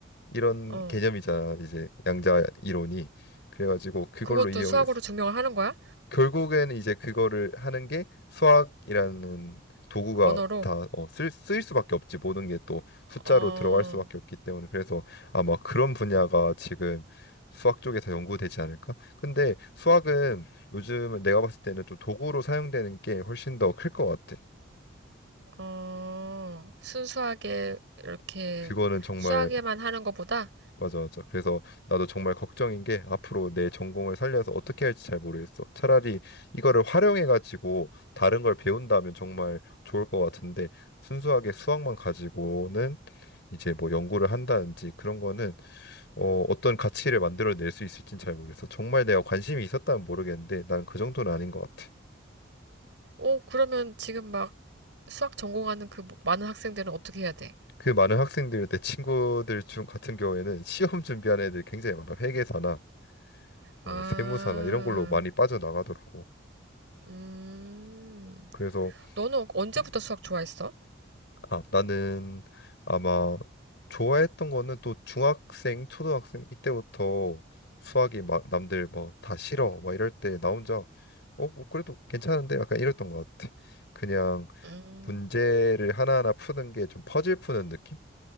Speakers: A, on the left (about 65°); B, on the right (about 70°).
A: 이런
B: 어.
A: 개념이잖아. 이제 양자 이론이. 그래가지고 그걸로
B: 그것도
A: 이용해
B: 수학으로 증명을 하는 거야?
A: 결국엔 이제 그거를 하는 게 수학이라는 도구가
B: 언어로?
A: 다 어, 쓸, 쓰일 수밖에 없지 모든 게 또 숫자로
B: 어,
A: 들어갈 수밖에 없기 때문에 그래서 아마 그런 분야가 지금 수학 쪽에서 연구되지 않을까? 근데 수학은 요즘 내가 봤을 때는 좀 도구로 사용되는 게 훨씬 더 클 것 같아.
B: 어, 순수하게 이렇게
A: 그거는 정말
B: 수학에만 하는 것보다,
A: 맞아, 맞아. 그래서 나도 정말 걱정인 게 앞으로 내 전공을 살려서 어떻게 할지 잘 모르겠어. 차라리 이거를 활용해가지고 다른 걸 배운다면 정말 좋을 것 같은데 순수하게 수학만 가지고는 이제 뭐 연구를 한다든지 그런 거는 어, 어떤 가치를 만들어낼 수 있을진 잘 모르겠어. 정말 내가 관심이 있었다면 모르겠는데 난 그 정도는 아닌 것 같아.
B: 어, 그러면 지금 막 수학 전공하는 그 뭐 많은 학생들은 어떻게 해야 돼?
A: 그 많은 학생들, 내 친구들 중 같은 경우에는 시험 준비하는 애들이 굉장히 많아. 회계사나 뭐
B: 아,
A: 세무사나 이런 걸로 많이 빠져나가더라고.
B: 음,
A: 그래서
B: 너는 언제부터
A: 음,
B: 수학 좋아했어?
A: 아, 나는 아마 좋아했던 거는 또 중학생, 초등학생 이때부터 수학이 막 남들 뭐 다 싫어 막 이럴 때 나 혼자 어, 뭐 그래도 괜찮은데 약간 이랬던 것 같아. 그냥
B: 음,
A: 문제를 하나하나 푸는 게 좀 퍼즐 푸는 느낌?